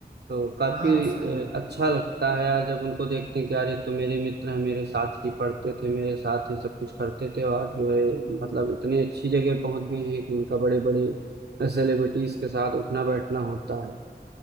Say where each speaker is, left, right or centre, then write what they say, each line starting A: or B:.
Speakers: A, on the right (about 70°); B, on the right (about 50°).
A: तो काफी
B: हाँ सही
A: अ,
B: है
A: अच्छा लगता है यार जब उनको देखते हैं कि यार ये तो मेरे मित्र हैं मेरे साथ ही पढ़ते थे मेरे साथ ही सब कुछ करते थे और जो है
B: हम्म
A: मतलब इतनी अच्छी जगह पहुंच गए हैं कि उनका बड़े बड़े सेलिब्रिटीज के साथ उठना बैठना होता है